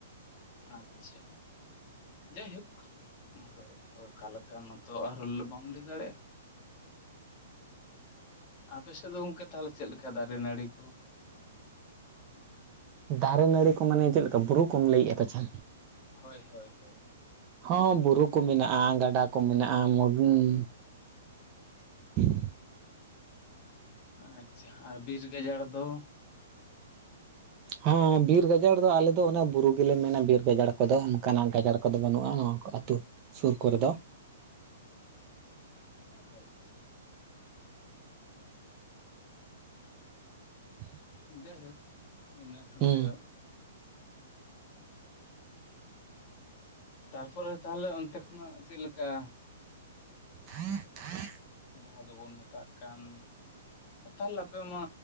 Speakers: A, on the left; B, on the right.
A: ᱟᱪᱪᱷᱟ ᱡᱟᱭᱦᱳᱠ ᱟᱫᱚ ᱚᱠᱚᱭ ᱚᱠᱟ ᱞᱮᱠᱟ ᱢᱟᱛᱚ ᱟᱨ ᱵᱟᱢ ᱞᱟᱹᱭ ᱫᱟᱲᱮᱭᱟᱜ-ᱟ ᱟᱯᱮ ᱥᱮᱫ ᱫᱚ ᱜᱚᱢᱠᱮ ᱛᱟᱦᱞᱮ ᱪᱮᱫ ᱞᱮᱠᱟ ᱫᱟᱨᱮ ᱱᱟᱲᱤ ᱠᱩ
B: ᱫᱟᱨᱮ ᱱᱟᱹᱲᱤ ᱠᱚ ᱢᱟᱱᱮ ᱪᱮᱫ ᱞᱮᱠᱟ ᱵᱩᱨᱩ ᱠᱚᱢ ᱞᱟᱹᱭᱮᱜ-ᱟ ᱯᱟᱪᱷᱟ
A: ᱦᱚᱭ ᱦᱚᱭ ᱦᱚᱭ
B: ᱦᱚᱸ ᱵᱩᱨᱩ ᱠᱚ ᱢᱮᱱᱟᱜ-ᱟ ᱜᱟᱰᱟ ᱠᱚ ᱢᱮᱱᱟᱜ-ᱟ ᱢᱚᱩᱸᱻ <unintelligible>
A: ᱟᱪᱪᱷᱟ ᱟᱨ ᱵᱤᱨ ᱜᱟᱡᱟᱲ ᱫᱚ
B: ᱦᱚᱸ ᱵᱤᱨ ᱜᱟᱡᱟᱲ ᱫᱚ ᱟᱞᱮ ᱫᱚ ᱚᱱᱟ ᱵᱩᱨᱩ ᱜᱮᱞᱮ ᱢᱮᱱᱟ ᱵᱤᱨ ᱜᱟᱡᱟᱲ ᱠᱚᱫᱚ ᱠᱟᱱᱟ ᱜᱟᱡᱟᱲ ᱠᱚᱫᱚ ᱵᱟᱱᱩᱜ-ᱟ ᱱᱚᱣᱟ ᱠᱚ ᱟᱹᱛᱩ ᱥᱩᱨ ᱠᱚᱨᱮ ᱫᱚ
A: ᱟᱪᱪᱷᱟ
B: <unintelligible>
A: ᱡᱟᱭᱦᱳᱠ ᱚᱱᱟ ᱦᱚᱞᱮᱣ
B: ᱦᱮᱸ
A: ᱛᱟᱨᱯᱚᱨᱮ ᱛᱟᱦᱞᱮ ᱚᱱᱛᱮ ᱠᱷᱚᱱᱟᱜ ᱪᱮᱫᱞᱮᱠᱟ
B: <inaudible>
A: ᱡᱟᱦᱟᱸ ᱫᱚᱵᱚᱱ ᱢᱮᱛᱟᱜ ᱠᱟᱱ
B: <inaudible>
A: ᱛᱟᱦᱞᱮ ᱟᱯᱮ ᱢᱟ